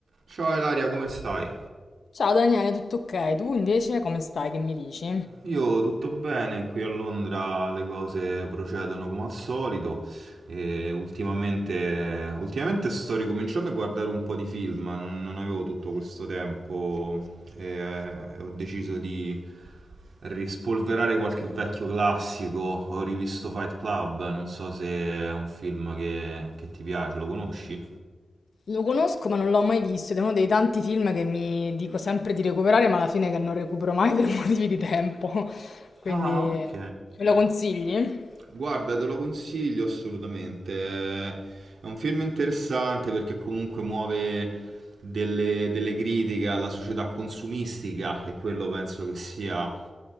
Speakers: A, on the right (about 70°); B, on the left (about 65°).
A: Ciao Ilaria, come stai?
B: Ciao Daniele, tutto ok? Tu invece come stai? Che mi dici?
A: Io tutto bene, qui a Londra le cose procedono come al solito e ultimamente, ultimamente sto ricominciando a guardare un po' di film, non, non avevo tutto questo tempo e eh, ho deciso di rispolverare qualche vecchio classico, ho rivisto Fight Club, non so se è un film che, che ti piace, lo conosci?
B: Lo conosco ma non l'ho mai visto ed è uno dei tanti film che mi dico sempre di recuperare, ma alla fine che non recupero mai per <laughs> motivi di tempo. Quindi
A: Ah, ok.
B: me lo consigli?
A: Guarda, te lo consiglio assolutamente. È è un film interessante perché comunque muove delle, delle critiche alla società consumistica e quello penso che sia